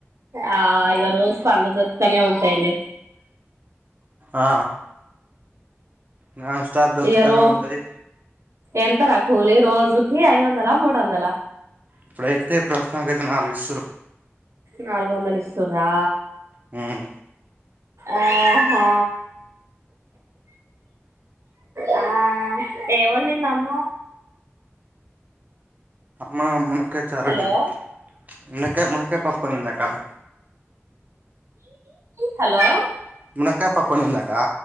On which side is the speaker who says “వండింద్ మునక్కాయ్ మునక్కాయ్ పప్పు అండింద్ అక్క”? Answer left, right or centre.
Right